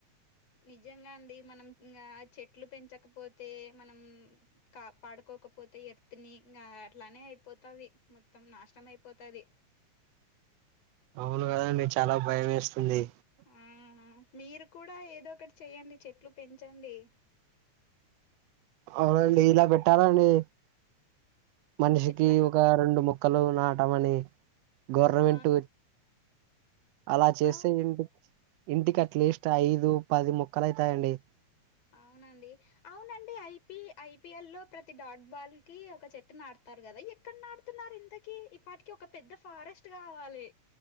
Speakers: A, on the left; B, on the right.
A: నిజంగా అండి మనం ఇంకా చెట్లు పెంచకపోతే మనం కాపాడుకోకపోతే ఎర్త్ ని నా అట్లానే అయిపోతాది మొత్తం నాశనం అయిపోతాది
B: అవునా అండి చాలా భయం వేస్తుంది
A: హ్మ్ మీరు కూడా ఏదో ఒకటి చెయ్యండి చెట్లు పెంచండి
B: అవునండి ఇలా పెట్టాలని మనిషికి
A: ఎట్లా
B: ఆ రెండు మొక్కలు నాటమని గవర్నమెంట్
A: ఆ
B: అలా
A: అ
B: చేస్తే
A: అవు
B: ఇంటి ఇంటికి అట్లీస్ట్ ఐదు పది మొక్కలైతాయండి
A: అవునండి అవునండి ఐపీ ఐపీఎల్ లో ప్రతి డాట్ బాల్ కి ఒక చెట్టు నాటతారు కదా ఇ ఎక్కడ నాటుతున్నారు ఇంతకి ఈపాటికి ఒక పెద్ద ఫారెస్ట్ కావాలి